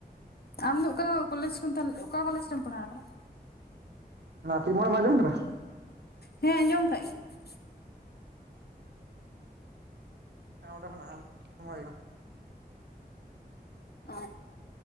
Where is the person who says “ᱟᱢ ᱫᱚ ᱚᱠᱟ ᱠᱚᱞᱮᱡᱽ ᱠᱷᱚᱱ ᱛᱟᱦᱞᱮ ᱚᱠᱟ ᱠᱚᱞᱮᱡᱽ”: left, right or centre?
Left